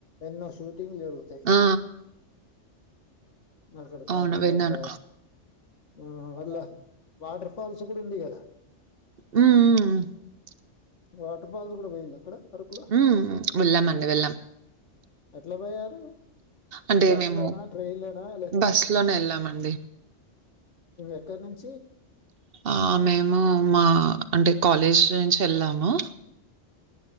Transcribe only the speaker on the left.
ఎన్నో షూటింగ్ జరుగుతాయి
అక్కడ చేప
బండ ఆ
వల్ల వాటర్ ఫాల్స్ కూడా ఉంది కదా
వాటర్ ఫాల్స్ కూడా పోయిలా అక్కడ అరకులో
ఎట్లా పోయారు
బస్
లోనా ట్రైయిన్లనా లేకపో
ఎక్కడి నుంచి